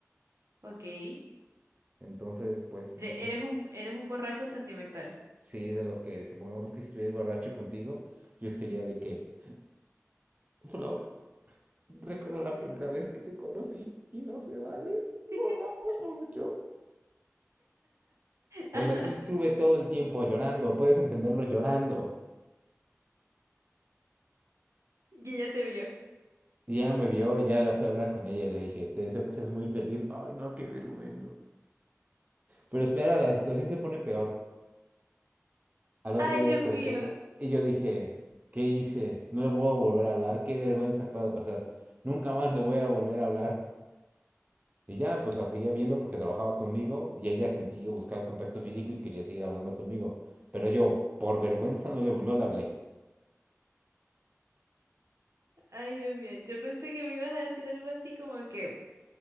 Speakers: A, on the right; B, on the right.
A: Ok. Ere-
B: Entonces, pues me puse,
A: Eres, un, eres un borracho sentimental.
B: sí, de los que supongamos que si estuviera borracho contigo, yo estaría de que, Flor, recuerda la primera vez que te conocí y no se vale, no
A: <laughs>
B: hablamos mucho. Pues
A: Ajá.
B: así estuve todo el tiempo llorando, puedes entenderlo llorando.
A: Y ella te vio.
B: Y ya me vio y ya la fui a hablar con ella y le dije, te deseo que seas muy feliz. Ay, no, qué vergüenza. Pero espera, la situación se pone peor. Al otro
A: Ay,
B: día
A: Dios
B: desperté
A: mío.
B: y yo dije, ¿qué hice? No le puedo volver a hablar, qué vergüenza acaba de pasar. Nunca más le voy a volver a hablar. Y ya, pues la seguía viendo porque trabajaba conmigo y ella sentí que buscaba el contacto físico y quería seguir hablando conmigo. Pero yo, por vergüenza, no le, no le hablé.
A: Ay, Dios mío. Yo pensé que me ibas a decir algo así como que